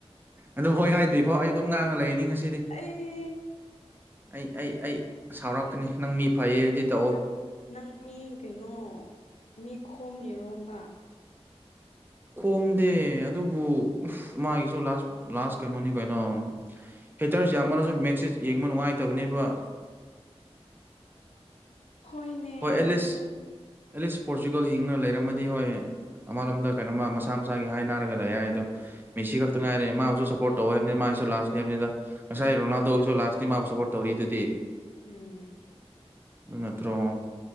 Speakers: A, on the right (about 20°); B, on the left (about 80°).
A: ꯑꯗꯨ ꯍꯣꯏ ꯍꯥꯏꯗ꯭ꯔꯤ ꯐꯥꯎ ꯑꯩ ꯑꯗꯨꯝ ꯉꯥꯡꯉ ꯂꯩꯅꯤ ꯉꯁꯤ
B: ꯑꯩ
A: ꯑꯩ ꯑꯩ ꯑꯩ ꯁꯥꯎꯔꯛꯀꯅꯤ ꯅꯪ ꯃꯤ ꯐꯩꯌꯦꯗꯤ
B: ꯅꯪ
A: ꯇꯧꯑꯣ
B: ꯅꯪ ꯅꯪ ꯃꯤ ꯀꯩꯅꯣ ꯃꯤ ꯈꯣꯝꯃꯤꯔꯣꯕ
A: ꯈꯣꯝꯗꯦ ꯑꯗꯨꯕꯨ ꯃꯥꯒꯤꯁꯨ ꯂꯥꯁ ꯂꯥꯁ ꯀꯩꯅꯣꯅꯤ ꯀꯩꯅꯣ ꯍꯦꯇꯔꯁꯦ ꯌꯥꯝꯃꯟꯂꯁꯨ ꯃꯦꯠꯁꯁꯦ ꯌꯦꯡꯕ ꯅꯨꯡꯉꯥꯏꯇꯕꯅꯦꯕ
B: ꯍꯣꯏꯅꯦ
A: ꯍꯣꯏ ꯑꯦꯠꯂꯤꯁ
B: ꯍꯣꯏꯅꯦ
A: ꯑꯦꯠꯂꯤꯁ ꯄꯣꯔꯆꯨꯒꯜ ꯌꯦꯡꯅ ꯂꯩꯔꯝꯃꯗꯤ ꯍꯣꯏ ꯑꯃꯔꯣꯝꯗ ꯀꯩꯅꯣꯃ ꯃꯁꯥ ꯃꯁꯥꯒꯤ ꯍꯥꯏ ꯅꯥꯔꯒ ꯂꯩ ꯍꯥꯏꯗꯣ ꯃꯤꯁꯤ
B: ꯎꯝ
A: ꯈꯛꯇ ꯉꯥꯏꯔꯦ ꯃꯥꯕꯨꯁꯨ ꯁꯞꯄꯣꯔꯠ ꯇꯧ ꯍꯥꯏꯕꯅꯤ ꯃꯥꯒꯤꯁꯨ ꯂꯥꯁꯅꯤ ꯍꯥꯏꯕꯅꯤꯗ ꯉꯁꯥꯏ ꯔꯣꯅꯥꯜꯗꯣꯒꯤꯁꯨ
B: ꯎꯝ
A: ꯂꯥꯁ ꯑꯩ ꯃꯥꯕꯨ ꯁꯞꯄꯣꯔꯠ ꯇꯧꯔꯤꯗꯨꯗꯤ
B: ꯎꯝ
A: ꯅꯠꯇ꯭ꯔꯣ